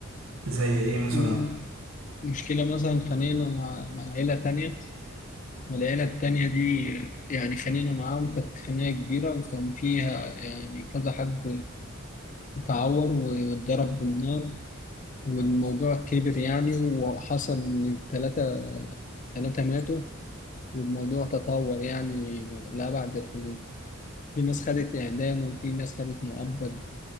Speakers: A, on the right (about 80°); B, on the left (about 35°).
A: زي إيه مثلا
B: م- مشكلة مثلا خانقنا مع مع عيلة تانية والعيلة التانية دي يعني خانقنا معاهم كانت خناقة كبيرة وكان فيها يعني كذا حد اتعور واتضرب بالنار والموضوع كبر يعني وحصل إن ثلاثة ثلاثة ماتوا والموضوع تطور يعني لأبعد الحدود في ناس خدت إعدام وفي ناس خدت مؤبد